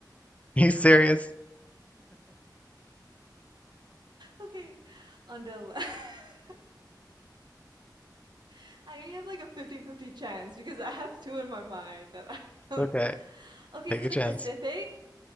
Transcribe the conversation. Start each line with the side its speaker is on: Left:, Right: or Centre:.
Left: you serious?
Right: Okay. On the left. <laughs> I only have like a fifty-fifty chance because I have two in my mind that I don't
Left: Okay,
Right: Okay,
Left: take
Right: is it
Left: a chance.
Right: a Pacific?